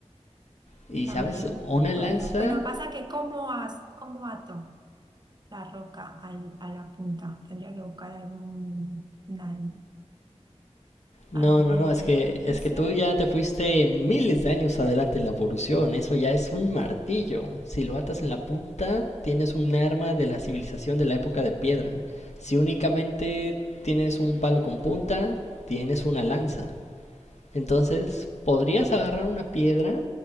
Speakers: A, on the left; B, on the right.
A: Y
B: También
A: sabes, una lanza
B: podría, pero pasa que cómo, as- cómo ato la roca al- a la punta. Tendría que buscar algún, una-
A: no,
B: algún
A: no, no,
B: alien,
A: es que,
B: no
A: es
B: sé,
A: que tú ya te fuiste miles de años adelante en la evolución, eso ya es un martillo. Si lo atas en la punta, tienes un arma de la civilización de la época de piedra. Si únicamente tienes un palo con punta, tienes una lanza. Entonces, podrías agarrar una piedra